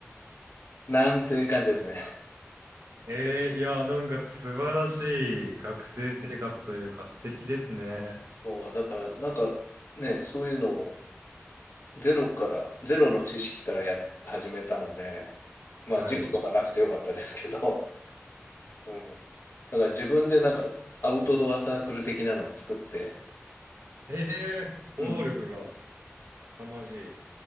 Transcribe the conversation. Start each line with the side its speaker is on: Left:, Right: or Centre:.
Left: なんていう感じですね。
Right: えー、いや、なんか素晴らしい学生生活というか素敵ですね。
Left: そう、だから、なんか、ね、そういうのをゼロから、ゼロの知識からや、始めたので、まあ、
Right: はい。
Left: 事故とかなくてよかったですけど、うん。だから自分でなんか、アウトドアサークル的なのを作って、
Right: えー、行動力が
Left: うん。
Right: 凄まじい。